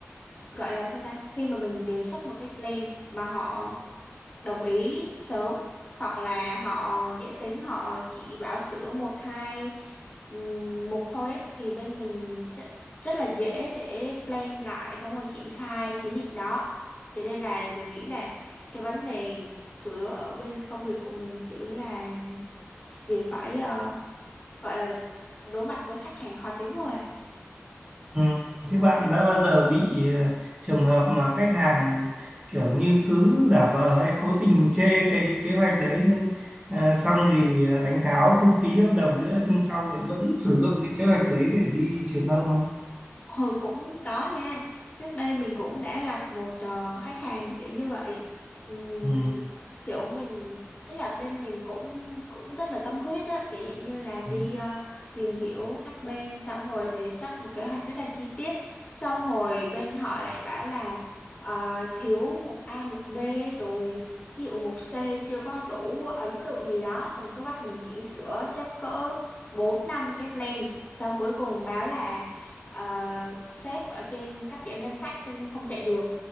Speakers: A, on the left (about 30°); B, on the right (about 25°).
A: gọi là sao ta khi mà mình đề xuất một cái plan mà họ đồng ý sớm hoặc là họ dễ tính họ chỉ bảo sửa một hai ừm, mục thôi ấy, thì bên mình sẽ rất là dễ để plan lại xong rồi triển khai chiến dịch đó cho nên là mình nghĩ là cái vấn đề chủ yếu ở bên công việc của mình chủ yếu là việc phải ờ, gọi là đối mặt với khách hàng khó tính thôi à
B: Ừ. Thế bạn đã bao giờ bị ờ, trường hợp mà khách hàng kiểu như cứ giả vờ hay cố tình chê cái kế hoạch đấy nhưng ờ, xong thì ờ, đánh tháo không ký hợp đồng nữa nhưng sau lại vẫn sử dụng cái kế hoạch đấy để đi truyền thông không?
A: Hồi cũng có nha. Trước đây mình cũng đã gặp một ờ, khách hàng kiểu như vậy. Ừm,
B: Ừ.
A: kiểu mình ý là bên mình cũng cũng rất là tâm huyết á, kiểu dạng như là đi
B: Ừ.
A: ờ, tìm hiểu các bên xong hồi đề xuất một kế hoạch rất là chi tiết. Xong hồi bên họ lại bảo là ờ, thiếu mục A, mục B rồi ví dụ mục C chưa có đủ ấn tượng gì đó xong cứ bắt mình chỉnh sửa chắc cỡ 4 năm cái plan xong cuối cùng báo là ờ, sếp ở trên cắt giảm ngân sách cho nên không chạy được